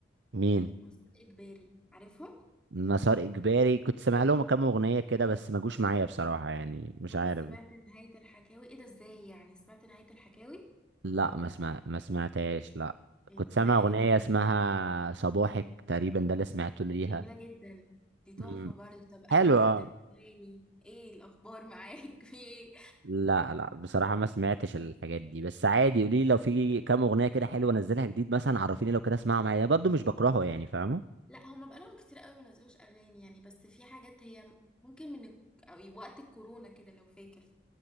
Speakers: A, on the right (about 70°); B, in the centre.
A: مين
B: مسار اجباري عارفهم
A: مسار اجباري كنت سامع لهم كام اغنيه كده بس ما جوش معايا بصراحه يعني مش
B: طب
A: عارف
B: سمعت نهاية الحكاوي ايه ده ازاي يعني سمعت نهاية الحكاوي
A: لا
B: ولا
A: ما اسمع ما سمعتهاش لا
B: ازاي
A: كنت سامع اغنيه
B: دي
A: اسمها
B: تحفة،
A: صباحك تقريبا ده اللي سمعته ليها
B: دي جميلة جدا دي تحفة
A: مم.
B: برضه طب قلبك
A: حلو اه
B: ده عجباني ايه الاخبار معاك <laughs> في ايه
A: لا لا بصراحة ما سمعتش الحاجات دي بس عادي قولي لي لو في كام أغنية كده حلوة نزلها جديد مثلا عرفيني لو كده اسمعها معايا أنا برضه مش بكرهه يعني فاهمه
B: لا هما بقالهم كتير قوي ما نزلوش اغاني يعني بس في حاجات هي ممكن من الك- أو وقت الكورونا كده لو فاكر